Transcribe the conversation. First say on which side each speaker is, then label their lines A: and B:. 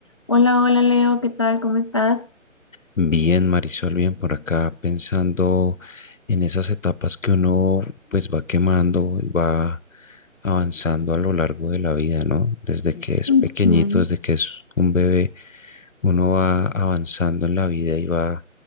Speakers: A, on the left (about 20°); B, on the left (about 70°).
A: Hola, hola Leo, ¿qué tal? ¿Cómo estás?
B: Bien, Marisol, bien por acá, pensando en esas etapas que uno pues va quemando, y va avanzando a lo largo de la vida, ¿no? Desde que es
A: Ujú.
B: pequeñito, desde que es un bebé, uno va avanzando en la vida y va